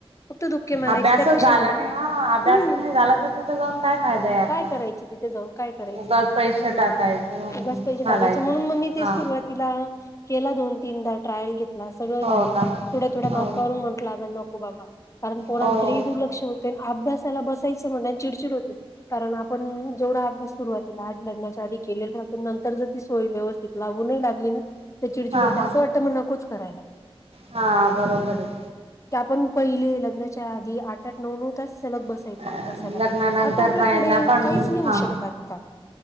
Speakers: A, on the left; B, on the right.
A: फक्त धुक्के मारायचे
B: अभ्यासच
A: त्यापेक्षा
B: झाला
A: ना
B: नाही हा. अभ्यासच
A: हम्म
B: नाही झाला तर तिथं जाऊन काय फायदा आहे आपला.
A: काय करायचे तिथे जाऊन काय करायचं.
B: उगाच पैसे टाकायचे
A: उगच पैसे
B: घालायचे
A: टाकायचे म्हणून मग् मी ते
B: हा
A: सुरुवातीला केला दोन तीनदा ट्रायल घेतला. सगळं
B: हो
A: झाल.
B: का
A: थोड्या थोड्या
B: हो
A: मार्कावरून म्हटला नको बाबा कारण पोरांकडे
B: हो
A: ही दुर्लक्ष होतय अभ्यासाला बसायचं चिडचिड होत कारण आपण जेवढ अभ्यास सुरवातीला लग्नाच्या आधी केलेला त्यातून नंतर जर ती सोय व्यवस्थित लागूही लागली ना ते चिडचिड
B: हा
A: होते.
B: हा
A: असं वाटतं मग नकोच करायला.
B: हा बरोबर आहे.
A: त्या आपण पहिले लग्नाच्या आधी आठ-आठ नऊ-नऊ तास सलग बसायचो
B: आहे
A: अभ्यासला.
B: लग्नानंतर
A: आता आपल्याकडे
B: बायांना पण
A: काहीच नाही होऊ
B: हा
A: शकत आता.